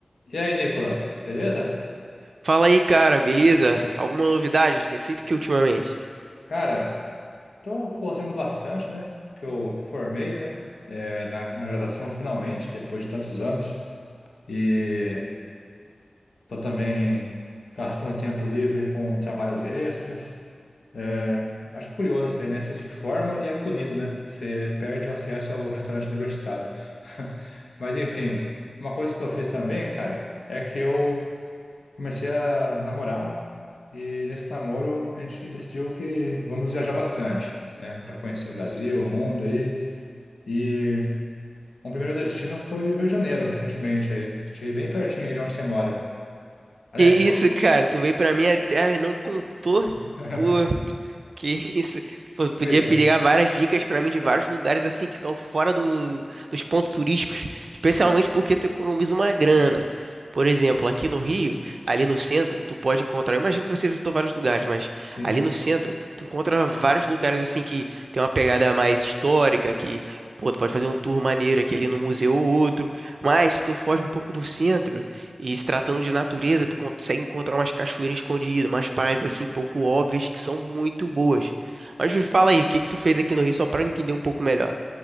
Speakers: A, on the left (about 90°); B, on the right (about 80°).
A: E aí, Nicolas, beleza?
B: Fala aí, cara, beleza? Alguma novidade? Tem feito o que ultimamente?
A: Cara, tô correndo bastante, né? Que eu formei, né? É, na, na graduação, finalmente, depois de tantos anos. E tô também gastando tempo livre com trabalhos extras. É, acho curioso isso aí, né? Você se forma e é punido, né? Você perde o acesso ao restaurante universitário. <laughs> Mas, enfim, uma coisa que eu fiz também, cara, é que eu comecei a namorar e nesse namoro a gente decidiu que vamos viajar bastante, né, para conhecer o Brasil, o mundo aí. E um primeiro destino foi o Rio de Janeiro, recentemente, aí. estive bem pertinho aí de onde você mora. Aliás,
B: Que isso,
A: qual-
B: cara? Tu veio pra minha terra e não contou?
A: <laughs>
B: Pô, Que isso. Pô, podia
A: pois é,
B: pegar várias dicas pra mim de vários lugares assim que estão fora do- dos pontos turísticos, especialmente porque tu economiza uma grana. Por exemplo, aqui no Rio, ali no centro, tu pode encontrar. Eu imagino que você visitou vários lugares, mas
A: sim.
B: ali
A: sim.
B: no centro, tu encontra vários lugares assim que tem uma pegada mais histórica, que, pô, tu pode fazer um tour maneiro aqui ali no museu ou outro. Mas se tu foge um pouco do centro, e se tratando de natureza, tu consegue encontrar umas cachoeiras escondidas, umas praias assim pouco óbvias que são muito boas. Mas me fala aí, o que que tu fez aqui no Rio só para eu entender um pouco melhor?